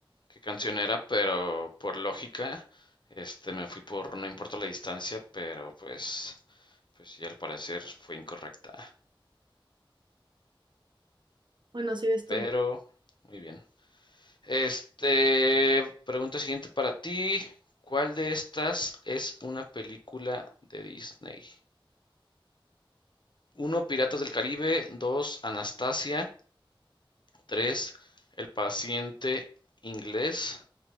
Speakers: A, on the left (about 60°); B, on the right (about 60°).
A: qué canción era, pero por lógica, este, me fui por No importa la distancia, pero pues, pues sí, al parecer fue incorrecta.
B: Bueno, sigues
A: Pero,
B: tú.
A: muy bien. Este, pregunta siguiente para ti. ¿Cuál de estas es una película de Disney? Uno, Piratas del Caribe. Dos, Anastasia. Tres, El paciente inglés.